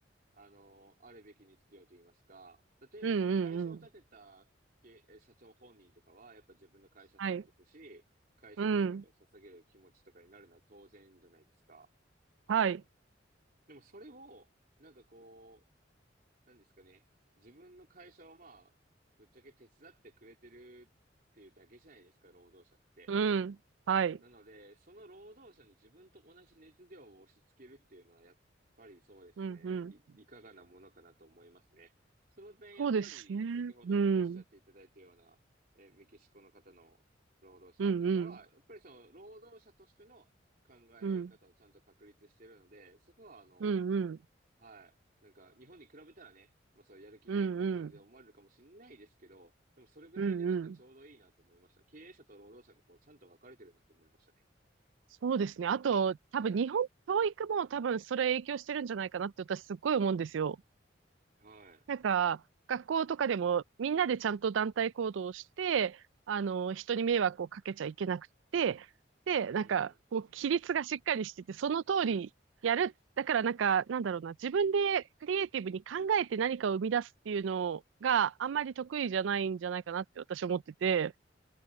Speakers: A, on the right; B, on the right.
A: あの、あるべき日常と言いますか、例えばその会社を立てたけえ社長本人とかは、
B: うんうん
A: やっぱ自分の会社好きですし、
B: はい。
A: 会社に全てを捧げる気持ちとかになるのは当然じゃないですか。
B: うん。はい。
A: でもそれを、なんかこう、なんですかね、自分の会社をまあ、ぶっちゃけ手伝ってくれてるっていうだけじゃないですか、労働者って。
B: うん。はい。
A: なので、その労働者に自分と同じ熱量を押し付けるっていうのは、やっぱりそうですね。
B: うん、うん。
A: い、いかがなものかなと思いますね。その点、やっぱり先ほどおっしゃっていただいたような、
B: そうですね。うん。
A: えーメキシコの方の労働者とかは、
B: うん、うん。
A: やっぱりその労働者としての考え方をちゃんと確立しているので、
B: うん。
A: そこはあの、
B: うん、うん。
A: はい。なんか日本に比べたらね、まあそうやる気ないみたいな感じで思われるかもしれないですけど、
B: うん、うん。
A: でもそれぐらいでなんかちょうどいいなと思いました。
B: うん、うん。
A: 経営者と労働者がこうちゃんと分かれてるなと思いましたね。
B: そうですね。あと、多分日本教育も多分それ影響してるんじゃないかなって私すっごい思うんですよ。
A: は
B: なんか、学校とかでもみんなでちゃんと団体行動をして、あの、人に迷惑をかけちゃいけなくて、で、
A: い。
B: なんか、
A: うん。
B: こう、規律がしっかりしてて、その通りやる。だからなんか、なんだろうな、自分でクリエイティブに考えて何かを生み出すっていうのがあんまり得意じゃないんじゃないかなって私は思ってて、